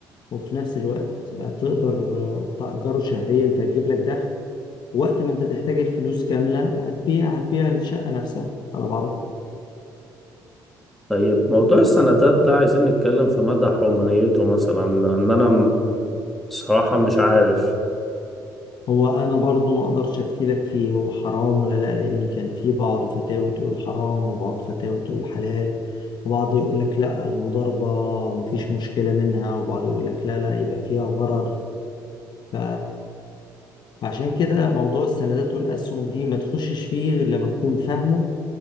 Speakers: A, on the left; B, in the centre.
A: وفي نفس الوقت تقدر تأجره شهريا فيجيب لك دخل وقت ما انت تحتاج الفلوس كاملة هتبيع هتبيع الشقة نفسها على بعضها
B: طيب موضوع السندات ده عايزين نتكلم في مدى حرمانيته مثلا لأن أنا م- صراحة مش عارف
A: هو انا برضو ما اقدرش افتي لك فيه هو حرام ولا لا لان كان في بعض فتاوى تقول حرام وبعض فتاوى تقول حلال وبعض يقول لك لا المضاربة مفيش مشكلة منها وبعض يقول لك لا لا يبقى فيها غرر ف... فعشان كده موضوع السندات والاسهم دي ما تخشش فيه غير لما تكون فاهمه